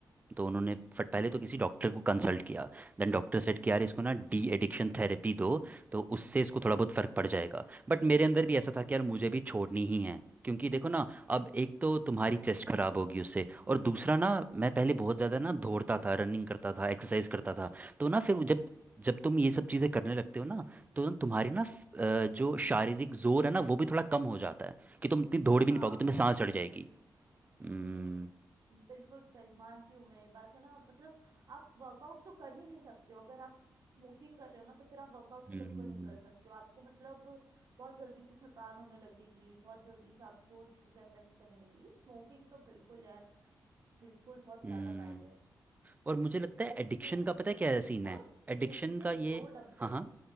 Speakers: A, on the right; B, on the right.
A: तो उन्होंने फट पहले तो किसी डॉक्टर को कंसल्ट किया देन डॉक्टर सेट कि यार इसको ना डी एडिक्शन थेरेपी दो तो उससे इसको थोड़ा
B: हम्म
A: बहुत
B: हम्म
A: फ़र्क
B: हम्म
A: पड़ जाएगा बट मेरे अंदर भी ऐसा था कि यार मुझे भी छोड़नी ही है क्योंकि देखो ना अब एक तो तुम्हारी चेस्ट खराब होगी उससे और दूसरा ना मैं पहले बहुत ज़्यादा ना दौड़ता था रनिंग करता था एक्सरसाइज करता था तो ना फिर वो जब जब तुम ये सब चीज़ें करने लगते हो ना तो ना तुम्हारी ना फ- अ, जो शारीरिक जोर है ना वो भी थोड़ा कम हो जाता है कि तुम इतनी दौड़ भी
B: हाँ
A: नहीं पाओगे तुम्हें
B: हो
A: सांस
B: जाता
A: चढ़ जाएगी
B: है
A: हम्म
B: बिल्कुल सही मानती हूँ मैं ये बात है ना मतलब आप वर्कआउट तो कर ही नहीं सकते हो अगर आप स्मोकिंग कर रहे हो ना तो फिर आप वर्कआउट
A: हम्म
B: तो बिल्कुल नहीं कर सकते हो आपको मतलब बहुत जल्दी से थकान होने लगेगी बहुत जल्दी से आपको चीजें अफेक्ट करने लगेगी स्मोकिंग तो बिल्कुल यार बिल्कुल बहुत
A: हम्म।
B: ज्यादा बैड है
A: और मुझे लगता
B: स्मोकिंग
A: है एडिक्शन
B: तो यार
A: का
B: करना
A: पता है
B: ही
A: क्या
B: नहीं चाहिए
A: सीन है
B: और
A: एडिक्शन
B: दिन
A: का
B: के
A: ये
B: दो डब्बे
A: हाँ हाँ